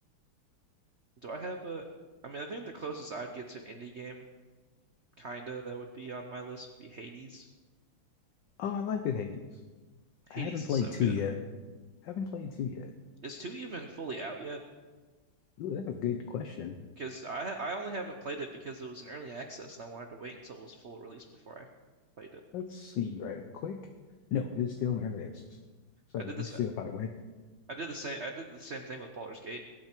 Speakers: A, on the right (about 60°); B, on the left (about 65°).
A: Do I have a? I mean, I think the closest I'd get to an indie game, kinda, that would be on my list would be Hades.
B: oh I liked it Hades
A: Hades
B: I haven't
A: is
B: played
A: so
B: two
A: good.
B: yet Haven't played two yet.
A: Is two even fully out yet?
B: Ooh, that's a good question.
A: Because I I only haven't played it because it was an early access and I wanted to wait until it was full release before I played it.
B: Let's see right quick. No, it's still in early access. So
A: I did
B: you
A: this
B: still probably wait.
A: I did the same. I did the same thing with Baldur's Gate,